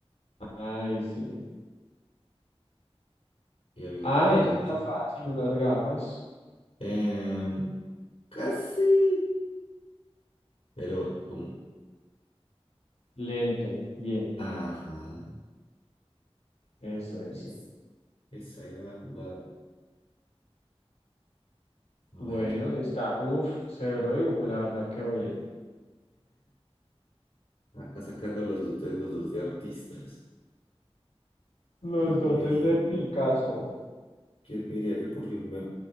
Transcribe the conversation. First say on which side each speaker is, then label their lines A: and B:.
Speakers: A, on the left (about 85°); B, on the left (about 70°).
A: Ay, sí.
B: Y había
A: Ah,
B: trillas,
A: eso está
B: no sé.
A: fácil, unas gafas.
B: Em, casi, pero como,
A: Lente, bien,
B: ajá,
A: eso, eso.
B: es, esa era la jugada. A
A: Bueno,
B: ver,
A: está, uff, severo dibujo, la verdad, quedó bien.
B: acá sacando los dotes, los dos de artistas.
A: Los
B: ¿Quién
A: dotes
B: lo diría?
A: de Picasso,
B: ¿Quién me diría que por fin me